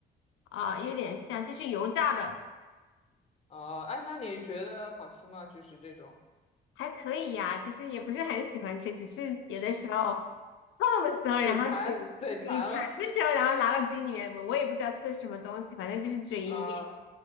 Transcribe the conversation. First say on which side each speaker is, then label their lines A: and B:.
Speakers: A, on the left; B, on the left.
A: 啊、有点像就是油炸的，
B: 哦，哎，那你觉得好吃吗？就是这种，
A: 还可以呀，其实也不是很喜欢吃，只是有的时候。痛的时候，
B: 嘴馋，
A: 然后嘴嘴馋的时候，
B: 嘴馋了。
A: 然后拿到嘴里面，我我也不知道吃什么东西，反正就是嘴里面
B: 啊、